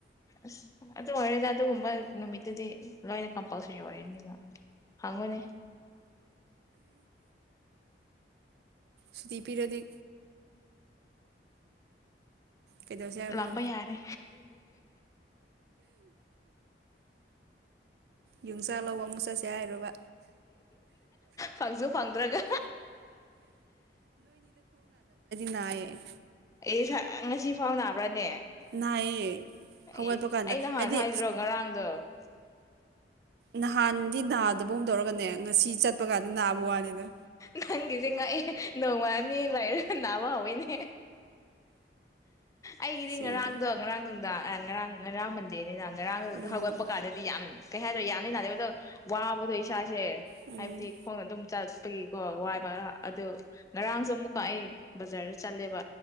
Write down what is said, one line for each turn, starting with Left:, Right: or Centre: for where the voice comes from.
Left: ꯑꯁ ꯑꯗꯨ ꯑꯣꯏꯔꯣꯢꯗ ꯑꯗꯨꯒꯨꯝꯕ ꯅꯨꯃꯤꯠꯇꯨꯗꯤ ꯂꯣꯏꯅ ꯀꯝꯄꯜꯁꯔꯤ ꯑꯣꯏꯔꯅꯤꯕ ꯍꯪꯉꯨꯅꯦ
Right: ꯁꯨꯇꯤ ꯄꯤꯔꯗꯤ ꯀꯩꯗꯧꯁꯦ ꯍꯥꯏꯕꯅꯣ
Left: ꯂꯥꯛꯄ ꯌꯥꯔꯦ
Right: ꯌꯣꯡꯆꯥꯛ ꯂꯧꯕ ꯑꯃꯨꯛ ꯆꯠꯁꯦ ꯍꯥꯏꯔꯕ
Left: ꯐꯪꯁꯨ ꯐꯪꯗ꯭ꯔꯒ
Right: ꯅꯥꯢꯌꯦ
Left: ꯑꯦ ꯉꯁꯥꯢ ꯉꯁꯤ ꯐꯥꯎ ꯅꯥꯕ꯭ꯔꯥꯅꯦ
Right: ꯅꯥꯏꯌꯦ
Left: ꯑꯩ
Right: ꯍꯧꯒꯠꯄ ꯀꯥꯟꯗ
Left: ꯑꯩ ꯅꯍꯥꯟ
Right: ꯍꯥꯏꯗꯤ
Left: ꯍꯥꯏꯗ꯭ꯔꯣ <inaudible>
Right: ꯅꯍꯥꯟꯗꯤ ꯅꯗꯒꯨꯝ ꯇꯧꯔꯒꯅꯦ ꯉꯁꯤ ꯆꯠꯄ ꯀꯥꯟꯗ ꯅꯥꯕ ꯋꯥꯅꯤꯗ
Left: ꯅꯪꯒꯤꯁꯦ ꯉꯛꯑꯦ ꯅꯣꯡꯃꯥ ꯑꯅꯤ ꯂꯥꯏꯔ ꯅꯥꯕ ꯍꯧꯋꯦꯅꯦ ꯑꯩꯒꯤꯗꯤ
Right: ꯁꯦꯡꯒꯤ
Left: ꯉꯔꯥꯡꯗꯣ ꯉꯔꯥꯡꯅꯨꯡ ꯑꯥ ꯉꯔꯥꯡ ꯃꯟꯗꯦꯅꯤꯅ ꯉꯔꯥꯡ
Right: ꯎꯝ
Left: ꯍꯧꯒꯠꯄ ꯀꯥꯟꯗꯗꯤ ꯌꯥꯝ ꯀꯩ ꯍꯥꯏꯗꯣ ꯌꯥꯝ ꯅꯥꯅꯦꯕ ꯋꯥꯕꯗ ꯏꯁꯥꯥꯁꯦ
Right: ꯎꯝ
Left: ꯍꯥꯏꯕꯗꯤ ꯈꯣꯡ ꯑꯗꯨꯝ ꯆꯠꯄꯒꯤꯀꯣ ꯋꯥꯏꯕ ꯑꯗꯨ ꯉꯔꯥꯡꯁꯨ ꯑꯃꯨꯛꯀ ꯑꯩ ꯕꯖꯥꯔꯗ ꯆꯠꯂꯦꯕ